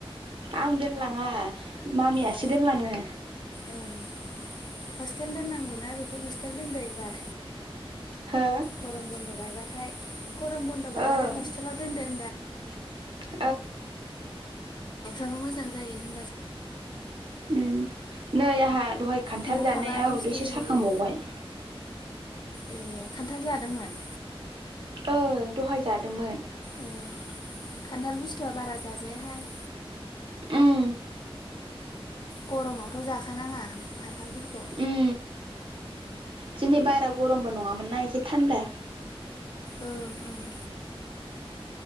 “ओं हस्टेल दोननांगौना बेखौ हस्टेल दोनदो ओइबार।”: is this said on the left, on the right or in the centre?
Left